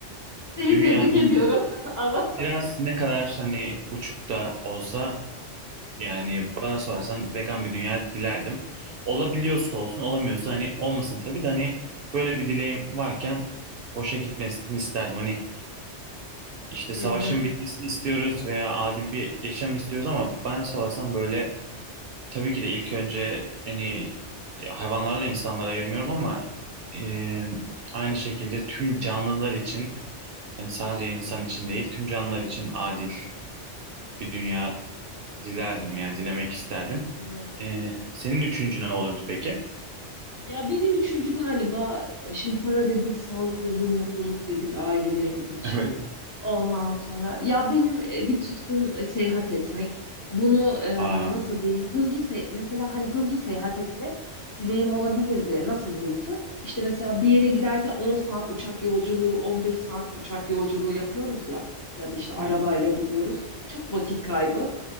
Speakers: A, on the left; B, on the right.
A: Seni
B: Dünyanın
A: tebrik ediyorum <laughs> ama
B: biraz ne kadar hani uçukta olsa Yani bana sorarsan vegan bir dünya dilerdim. Olabiliyorsa olsun, olamıyorsa hani olmasın tabii de hani böyle bir dileğim varken boşa gitmesini isterdim. Hani işte savaşın
A: Hı hı.
B: bitmesini istiyoruz veya adil bir yaşam istiyoruz ama bana sorarsan böyle tabii ki de ilk önce hani hayvanlarla insanları ayırmıyorum ama e, aynı şekilde tüm canlılar için hani sadece insan için değil tüm canlılar için adil bir dünya Dilerdim yani dilemek isterdim.
A: Evet.
B: Ee, senin üçüncü ne olurdu peki?
A: Ya benim üçüncü galiba e, şimdi para dedik, sağlık, huzur, mutluluk dedik ailelerimiz için.
B: Evet.
A: Ondan sonra ya benim e, bir tutkum e, seyahat etmek. Bunu e,
B: Aa,
A: nasıl diyeyim? Hızlı se mesela hani hızlı seyahat etmek dileğim olabilirdi. Nasıl hızlı? İşte mesela bir yere giderken 10 saat uçak yolculuğu, 15 saat uçak yolculuğu yapıyoruz ya ya da işte arabayla
B: hı.
A: gidiyoruz. Çok vakit kaybı.